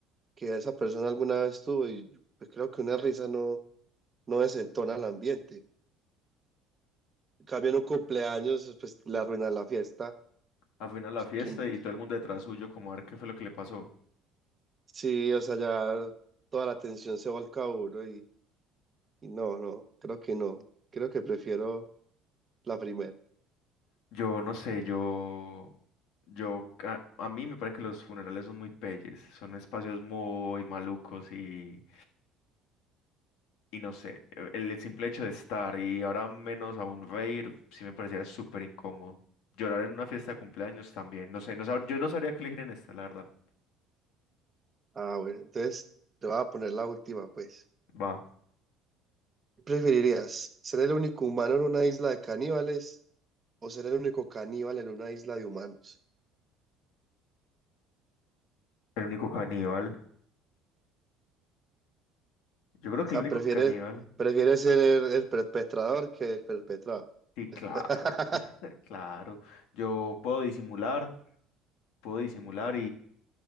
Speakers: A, on the right (about 20°); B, on the left (about 75°).
A: que esa persona alguna vez tuvo y pues creo que una risa no, no desentona el ambiente. En cambio, en un cumpleaños, pues le arruina la fiesta.
B: Al final la
A: Pues,
B: fiesta
A: ¿quién-
B: y todo el mundo detrás suyo como a ver qué fue lo que le pasó.
A: Sí, o sea, ya toda la atención se volca a uno y, y no, no, creo que no. Creo que prefiero la primera.
B: Yo no sé, yo, yo, a, a mí me parece que los funerales son muy peyes, son espacios muy malucos y, y no sé, e, el, el simple hecho de estar y ahora menos aún reír, sí me parecía súper incómodo. Llorar en una fiesta de cumpleaños también, no sé, no sab- yo no sabría qué elegir en esta, la verdad.
A: Ah, bueno, entonces te voy a poner la última, pues.
B: Va,
A: ¿Preferirías ser el único humano en una isla de caníbales o ser el único caníbal en una isla de humanos?
B: el único caníbal. Yo creo
A: O
B: que
A: sea,
B: el único
A: prefiere
B: caníbal.
A: prefiere ser el, el perpetrador que el perpetrado. <laughs>
B: Sí, claro, <laughs> claro. Yo puedo disimular, puedo disimular